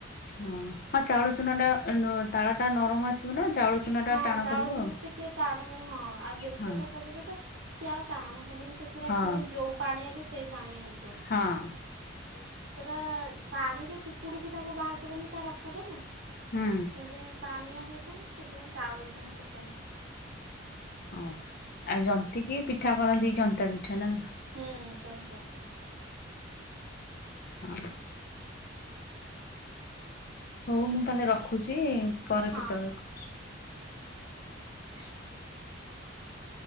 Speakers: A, on the left; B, on the right.
A: ହଁ, ହଁ, ଚାଉଳ ଚୁନାଟା ନ ତାଳଟା ନରମ ଆସିବ ନା ଚାଉଳ ଚୁନା ଟା
B: ହଁ,
A: ଟାଣ
B: ଚାଉଳ
A: କରିବ
B: ଚୁନା
A: ଆଉ।
B: ଟିକେ ଟାଣ କରେ ହଁ, ଆଉ ବେସନରେ
A: ହଁ
B: ପକେଇଲେ ତ ସିଏ ଆଉ ଟାଣ ହବନି। ସେ ପୁରା
A: ହଁ
B: ଫୁଣି ଯଉ ପାଣିଆକୁ ସେଇ ପାଣିଆ ହେଇଯିବ।
A: ହଁ
B: ସେଟା ପାଣିରେ ଚିପୁଡିକି ତାକୁ ବାହାର କରନ୍ତି ତା ରସଟା ନା।
A: ହୁଁ
B: ସେଟା ପାଣିଆ ହେଇଥାଏ ସେଥିପାଇଁ ଚାଉଳ ଚୁନା ପକାନ୍ତି।
A: ହଁ, ଆଉ ଜନ୍ତିକିି ପିଠା କରନ୍ତି ଜନ୍ତା ପିଠା ନାକଣ?
B: ହୁଁ, ଜନ୍ତା ପିଠା।
A: ହଁ। ହଉ, ମୁଁ ତାହେଲେ ରଖୁଛି ପରେ
B: ହଁ।
A: କେତେବେଳେ କ
B: ନା।